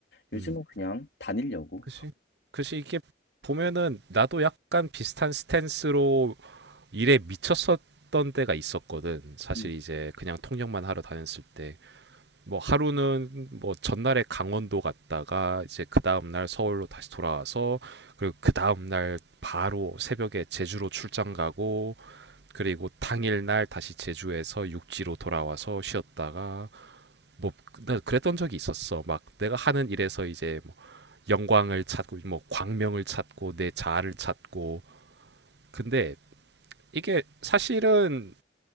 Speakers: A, on the left (about 65°); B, on the right (about 65°).
A: 요즘은
B: 음.
A: 그냥 다니려고.
B: 그치. 그치 이게 보면은 나도 약간 비슷한 스탠스로 일에 미쳤었던 때가 있었거든. 사실
A: 음,
B: 이제 그냥 통역만 하러 다녔을 때. 뭐 하루는 뭐 전날에 강원도 갔다가 이제 그 다음날 서울로 다시 돌아와서 그리고 그 다음날 바로 새벽에 제주로 출장 가고 그리고 당일날 다시 제주에서 육지로 돌아와서 쉬었다가 뭐 나 그랬던 적이 있었어. 막 내가 하는 일에서 이제 뭐 영광을 찾고 뭐 광명을 찾고 내 자아를 찾고 근데 이게 사실은